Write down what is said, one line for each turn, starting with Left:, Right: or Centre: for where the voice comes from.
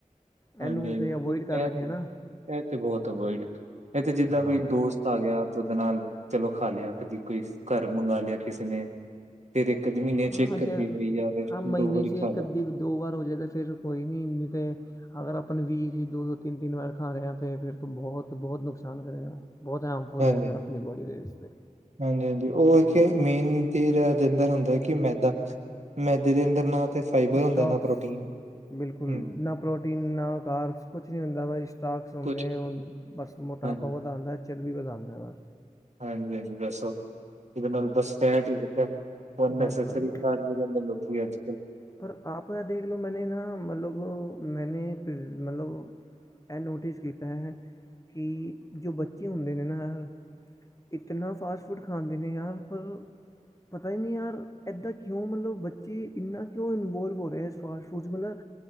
Left: ਇਹਨੂੰ
Right: ਹਾਂਜੀ ਹਾਂਜੀ
Left: ਤੇ ਅਵੋਇਡ
Right: ਨਹੀਂ
Left: ਕਰ
Right: ਇਹ
Left: ਰਹੇ
Right: ਤੇ
Left: ਹੈ ਨਾ
Right: ਇਹ ਤੇ ਬਹੁਤ ਅਵੋਇਡ ਇਥੇ ਜਿੱਦਾਂ
Left: ਹਾਂ
Right: ਵੀ ਦੋਸਤ ਆ ਗਿਆ ਤੇ ਉਹਦੇ ਨਾਲ ਚਲੋ ਖਾ ਲਿਆ ਕਦੀ ਕੋਈ ਘਰ ਮੰਗਵਾ ਲਿਆ ਕਿਸੇ ਨੇ ਫਿਰ ਇੱਕ ਅੱਧੇ ਮਹੀਨੇ ਚ
Left: ਹਾਂ
Right: ਇੱਕ
Left: ਜੇ
Right: ਅੱਧੀ ਵਾਰੀ ਜਾਂ ਫਿਰ
Left: ਹਾਂ ਮਹੀਨੇ
Right: ਦੋ ਵਾਰੀ
Left: 'ਚ ਇੱਕ
Right: ਖਾ ਲਿਆ
Left: ਅੱਧੀ ਦੋ ਵਾਰ ਹੋ ਜੇ ਤਾਂ ਫਿਰ ਕੋਈ ਨਹੀਂ ਇੰਨੀ ਤੇ ਅਗਰ ਆਪਾਂ ਵੀ ਦੋ ਦੋ ਤਿੰਨ ਤਿੰਨ ਵਾਰ ਖਾ ਰਹੇ ਤੇ ਫਿਰ ਤੋਂ ਬਹੁਤ ਬਹੁਤ ਨੁਕਸਾਨ ਕਰੇਗਾ ਬਹੁਤ ਹਾਮਫੁੱਲ
Right: ਹਾਂਜੀ
Left: ਫਿਰ
Right: ਹਾਂਜੀ
Left: ਆਪਣੀ ਬੋਡੀ ਦੇ ਇਸ 'ਤੇ
Right: ਹਾਂਜੀ ਹਾਂਜੀ ਉਹ ਇੱਕ ਮੇਨ ਚੀਜ਼ <unintelligible> ਮੈਦਾ ਮੈਦੇ ਦੇ ਅੰਦਰ ਨਾ ਤੇ ਫਾਈਬਰ
Left: ਸਟੋਕਸ
Right: ਹੁੰਦਾ ਨਾ ਪ੍ਰੋਟੀਨ
Left: ਬਿਲਕੁਲ
Right: ਹੂੰ
Left: ਨਾ ਪ੍ਰੋਟੀਨ ਨਾ ਉਕਾਰ ਕੁਛ ਨਹੀਂ ਹੁੰਦਾ ਭਾਈ ਸਟਾਕਸ ਹੁੰਦੇ
Right: ਕੁਛ
Left: ਹੁਣ ਬਸ ਮੋਟਾਪਾ
Right: ਹਾਂਜੀ
Left: ਵਧਾਉਂਦਾ ਚਰਬੀ ਵੀ ਵਧਾਉਂਦਾ
Right: ਹਾਂਜੀ ਹਾਂਜੀ ਦੱਸੋ ਇਹਦੇ ਨਾਲ ਬਸ ਫੈਟ ਹੀ ਕੀਤਾ ਹੈ ਪਰ <unintelligible>
Left: ਬਸ ਬਸ ਬਸ।
Right: ਲੋਕੀ ਅੱਜ ਕੱਲ
Left: ਪਰ ਆਪ ਦੇਖ ਲਓ ਮੈਂਨੇ ਨਾ ਮਤਲਬ ਮੈਂਨੇ ਮਤਲਬ ਇਹ ਨੋਟਿਸ ਕੀਤਾ ਹੈ ਕਿ ਜੋ ਬੱਚੇ ਹੁੰਦੇ ਨਾਲ ਇਤਨਾ ਫਾਸਟ ਫੂਡ ਖਾਂਦੇ ਨੇ ਪਰ ਪਤਾ ਹੀ ਨਹੀਂ ਯਾਰ ਇੱਦਾਂ ਕਿਉਂ ਮਤਲਬ ਬੱਚੇ ਇੰਨਾ ਕਿਉਂ ਇਨਵੋਲਵ ਹੋ ਰਿਹਾ ਇਸ ਫਾਸਟ ਫੂਡ 'ਚ ਮਤਲਬ